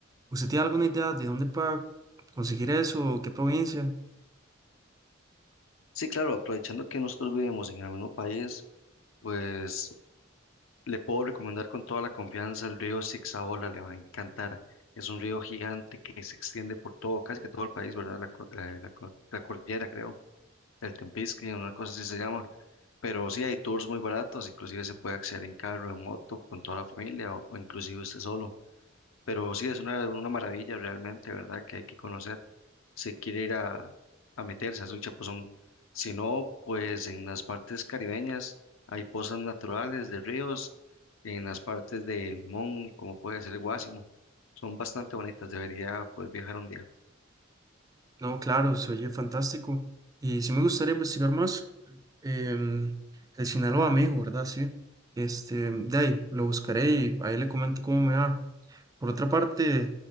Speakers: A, on the right; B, on the left.
A: ¿Usted tiene alguna idea de dónde para conseguir eso? ¿Qué provincia?
B: Sí, claro, aprovechando que nosotros vivimos en el mismo país, pues. Le puedo recomendar con toda la confianza el río Sixaola, le va a encantar. Es un río gigante que se extiende por todo, casi que todo el país, ¿verdad? La, co- la, la co- la cordillera, creo, el Tempisque, una cosa así se llama. Pero sí, hay tours muy baratos, inclusive se puede acceder en carro, en moto, con toda la familia o, o inclusive usted solo. Pero sí, es una, una maravilla realmente, ¿verdad? Que hay que conocer si quiere ir a, a meterse, es un chapuzón. Si no, pues en las partes caribeñas hay pozas naturales de ríos, en las partes de Limón, como puede ser Guásimo, son bastante bonitas, debería pues viajar un día.
A: No, claro, se oye fantástico. Y sí me gustaría investigar más. em, el Sinaloa me dijo, ¿verdad? Sí. Este, de ahí lo buscaré y ahí le comento cómo me va. Por otra parte,